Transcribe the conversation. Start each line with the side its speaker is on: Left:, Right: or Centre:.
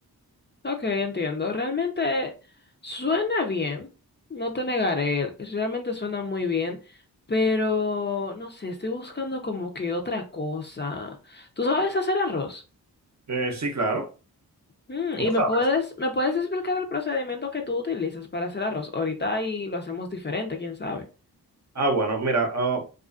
Left: Ok, entiendo. Realmente suena bien, no te negaré, realmente suena muy bien, pero no sé, estoy buscando como que otra cosa. ¿Tú sabes hacer arroz?
Right: Eh, sí, claro.
Left: Mm,
Right: No
Left: ¿y me
Right: sabes.
Left: puedes, me puedes explicar el procedimiento que tú utilizas para hacer arroz? Ahorita ahí lo hacemos diferente, quién sabe.
Right: Ah, bueno, mira, ah,